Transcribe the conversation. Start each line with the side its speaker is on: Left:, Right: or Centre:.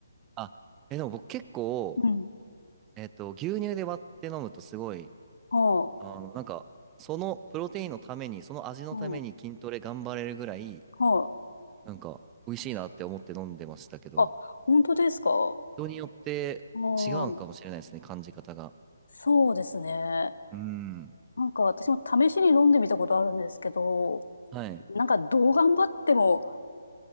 Right: あ、え、でも僕結構、
Left: うん。
Right: えっと、牛乳で割って飲むとすごい、
Left: はあ。
Right: あの、なんか、そのプロテインのために、その味のために筋トレ頑張れるぐらい、
Left: うんはい。
Right: なんか、美味しいなって思って飲んでましたけど、
Left: あ、本当ですか
Right: 人によって違うのかもしれないですね、
Left: うん。
Right: 感じ方が。
Left: そうですね。
Right: うん。
Left: なんか私も試しに飲んでみたことあるんですけど、
Right: はい。
Left: なんかどう頑張っても、